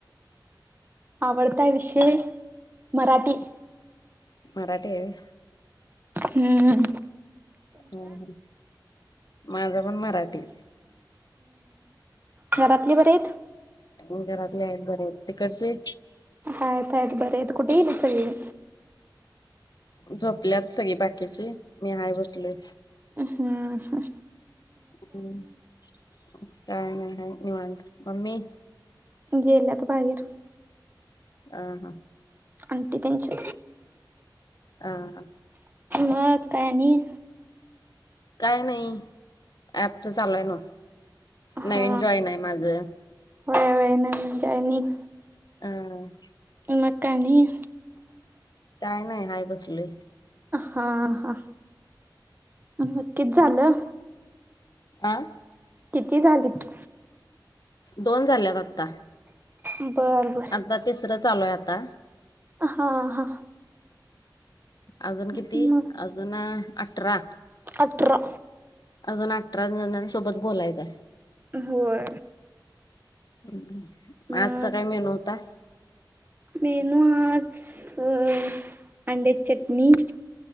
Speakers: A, on the right; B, on the left.
A: आवडता विषय मराठी
B: मराठी आहे व्हय
A: हं हं
B: हं हं माझा पण मराठी
A: घरातली बरी आहेत
B: हं घरातले आहेत बरे आहेत तिकडचे
A: आहेत आहेत बरे आहेत कुठे गेलीत सगळीजण
B: झोपल्यात सगळी बाकीची, मी हाय बसलोय.
A: हम्म ह
B: हम् काय नाही आहे निवांत. मम्मी?
A: गेल्यात बाहेर.
B: अहा हा
A: आंटी त्यांची
B: हां ह
A: मग काय आणि
B: काय नाही ऍपच चाललंय बघ
A: हा
B: नवीन जॉइन आहे माझं.
A: होय होय नवीन जॉयानिंग
B: हम
A: मग काय आणि
B: काय नाही हाय बसलोय.
A: हा हा मग किती झालं?
B: आं
A: किती झालेत?
B: दोन झाल्यात आत्ता.
A: बरं बरं
B: आमचं तिसरं चालूय आता.
A: हां हां
B: अजून किती?
A: मग
B: अजून अठरा.
A: अठरा
B: अजून अठरा जणांसोबत बोलायचं आहे.
A: होय
B: मग
A: मग
B: आजचा काय मेनू होता?
A: मेनू आज अंड्याची चटणी.